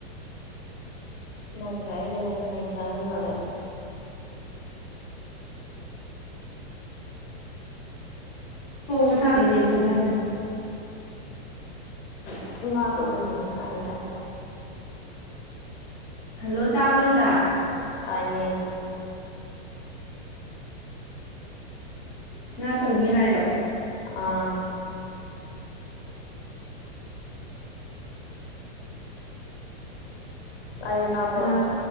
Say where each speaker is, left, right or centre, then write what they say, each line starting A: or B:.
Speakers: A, on the left; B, on the left.
A: ꯅꯪꯒ ꯑꯩꯒꯅ ꯍꯦꯇ ꯅꯩꯊꯔ ꯂꯣꯏꯔꯦ
B: ꯊꯣꯡꯕ ꯊꯥ <unintelligible> ꯍ‌ꯣꯔ‌ꯦꯟ ꯌꯦꯟ ꯊ‌ꯣꯡꯅꯤ ꯍꯥꯏꯕꯣ
A: <unintelligible> ꯉꯥ ꯇꯧꯗꯣꯏꯅꯦ ꯇꯥꯏ ꯇꯥꯏ
B: ꯍꯜꯂꯣ ꯇꯥꯕ꯭ꯔꯣ ꯆꯥꯥ
A: ꯇꯥꯏꯌꯦ
B: ꯉꯥ ꯇꯧꯅꯤ ꯍꯥꯏꯔꯣ
A: ꯑꯥ ꯇꯥꯏꯌꯦ ꯇꯥꯕ꯭ꯔꯣ
B: ꯉꯥ